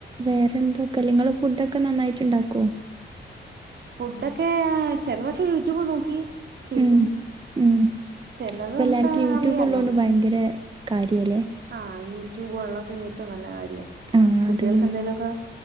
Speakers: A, on the right; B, on the right.
A: വേറെന്തോ കല്ങ്ങൾ ഫുഡൊക്കെ നന്നായിട്ടുണ്ടാക്കോ
B: ഫുഡൊക്കെ ചെലതൊക്കെ യൂട്യൂബ് നോക്കി ചെയ്യും
A: ഉം ഉ
B: ചെലത്
A: ഇപ്പ
B: നമുക്ക്
A: എല്ലാർക്കും യൂട്യൂബ്
B: അറിയാലോ
A: ഉള്ളോണ്ട് ഭയങ്കര കാര്യല്ലേ
B: ആഹ് യൂട്യൂബ് ഉള്ളത് ഏറ്റവും നല്ല കാര്യ
A: ആഹ്
B: കുട്ടികൾക്ക്ന്തെലുമൊക്കെ
A: അതന്നെ